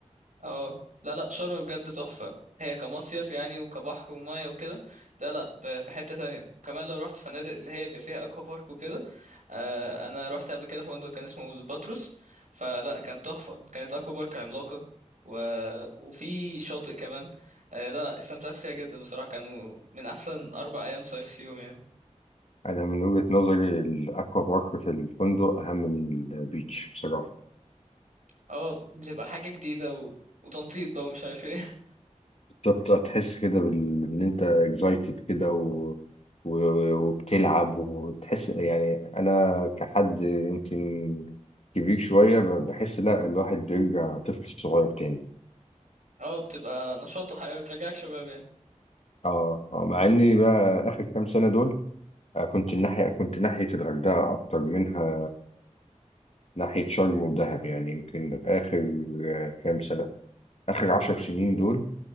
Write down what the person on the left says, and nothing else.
انا من وجهه نظري الاكوا بارك في الفندق اهم من البيتش بصراحه
بتبقى تحس كده بال... ان انت اكزايتد كده و... و... وبتلعب وتحس يعني انا كحد يمكن كبير شويه ب- بحس لا الواحد بيرجع طفل صغير تاني
اه اه مع اني بقى اخر كام سنه دول آه، كنت الناحيه كنت ناحيه الغردقه اكتر منها ناحيه شرم ودهب يعني يمكن اخر آه، كام سنه اخر عشر سنين دول